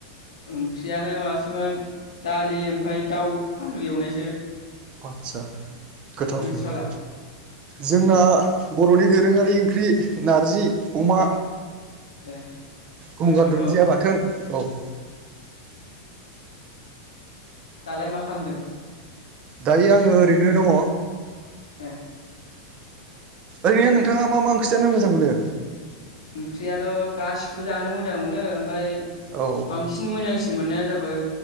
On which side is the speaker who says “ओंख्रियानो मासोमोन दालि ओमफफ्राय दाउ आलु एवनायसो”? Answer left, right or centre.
Left